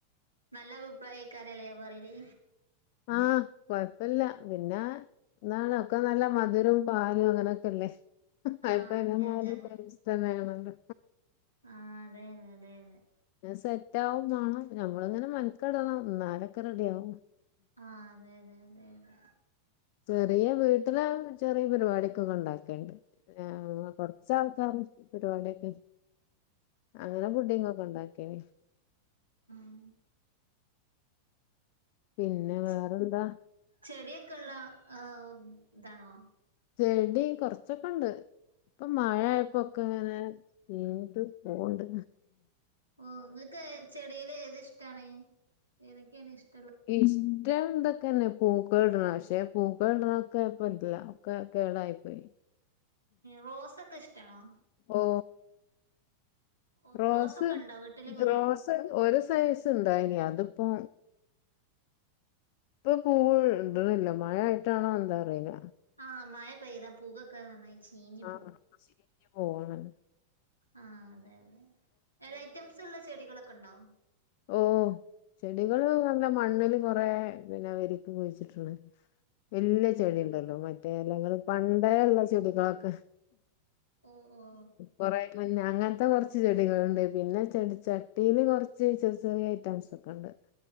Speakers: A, on the right; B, on the left.
A: നല്ല അഭിപ്രായക്കാരല്ലേ പറയല്
B: ആഹ് കൊഴപ്പില്ല പിന്നെ എന്നാണ് ഒക്കെ നല്ല മധുരം പാലും അങ്ങനൊക്കെല്ലേ.
A: ആഹ്
B: ഇപ്പ എങ്ങെ
A: അതെ അതെ
B: ആയാലും
A: അതെ
B: ടെസ്റ്റ്‌ന്നെണല്ലോ
A: ആഹ് അതെ അതെ അതെ അതെ
B: സെറ്റ് ആവും വേണം നമ്മളിങ്ങനെ മെനക്ക്ടണം നാലൊക്കെ റെഡി ആവും.
A: ആഹ് അതെ അതെ അതെ അതെ
B: ചെറിയ വീട്ടില് ചെറിയ പരിപാടിക്ക്‌ ഒക്കെ ഉണ്ടാക്കണ്ട് ഏഹ് കൊറച്ചാൾക്കാർ പരിപാടിയൊക്കെ അങ്ങനെ പുട്ടിങ്ങൊക്കെ ഉണ്ടാക്കേനി
A: ഉം
B: പിന്നെ
A: ചെ
B: വേറെന്താ
A: ചെടിയൊക്കെ ഉള്ള ആഹ് ഇതാണോ?
B: ചെടി കൊറച്ചൊക്കെണ്ട്. ഇപ്പൊ മഴയായപ്പോക്കെ അങ്ങനെ പെയ്ഞ്ഞിട്ട് പോവണ്ട്
A: ഓഹ് നിങ്ങൾക്ക് ചെടിയില് ഏത് ഇഷ്ടാണ് ഏതൊക്കെയാണ് ഇഷ്
B: ഇഷ്ടം എന്താ ക്കന്നെ പൂക്കൾ ഇടണം പക്ഷെ പൂക്കളിടണൊക്കെ ഇപ്പ ഇല്ല കേടായി പോയി.
A: റോസൊക്കെ ഇഷ്ടാണോ
B: ഓ
A: ഓ
B: റോസ്
A: റോസൊക്കെ ഉണ്ടോ വീട്ടില് കൊറെ
B: റോസ് ഒരു സൈസ് ഇന്തായിനി അതിപ്പോ ഇപ്പൊ പൂവ് ഇടുന്നില്ല. മഴയായിട്ടാണോ എന്താ അറീല്ല
A: ആഹ് മഴ പെയ്താ പൂവൊക്കെ നന്നായി ചീഞ്ഞു
B: ആഹ് ചീഞ്ഞ് പോണ്.
A: ആഹ് അതെ അതെ എല ഐറ്റംസ് ഉള്ള ചെടികളൊക്കെ ഉണ്ടോ
B: ഓ ചെടികള് നല്ല മണ് മണ്ണില് കൊറ പിന്നെ വെരിക്ക് കുഴിച്ചിട്ടുണ്ട് വല്യ ചെടി ഉണ്ടല്ലോ മറ്റേ ഇലകള് പണ്ടെ ള്ള ചെടികളൊക്കെ
A: ഓ ഓ
B: കുറെ മഞ്ഞ അങ്ങനത്തെ കുറ റച്ചു ചെടികളുണ്ട് പിന്നെ ചെടി ചട്ടിൽ കുറച്ച് ചെറിയ ചെറിയ ഐറ്റംസ് ഒക്കെ ഉണ്ട്.